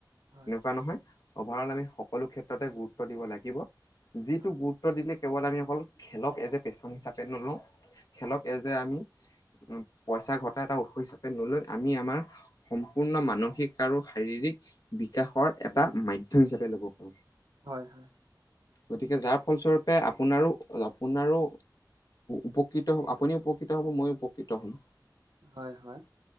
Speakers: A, on the right; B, on the left.
A: হয়
B: এনেকুৱা নহয় অভাৰ অল আমি সকলো ক্ষেত্ৰতে গুৰুত্ব দিব লাগিব। যিটো
A: হয়
B: গুৰুত্ব দিলে, কেৱল আমি অকল খেলক এজ এ, পেচন, হিচাপে নলওঁ। খেলক এচ, যে, আমি উ, পইচা ঘটা এটা উৎস হিচাপে নলৈ, আমি আমাৰ সম্পূৰ্ণ মানসিক আৰু শাৰীৰিক বিকাশৰ এটা মাধ্যম হিচাপে ল'ব পাৰো।
A: হয়, হয়।
B: গতিকে যাৰ ফলস্বৰূপে, আপোনাৰো, আপোনাৰো উপকৃত হ'ব, আপুনিও উপকৃত হ'ব, মইও উপকৃত হ'ম।
A: হয়, হয়।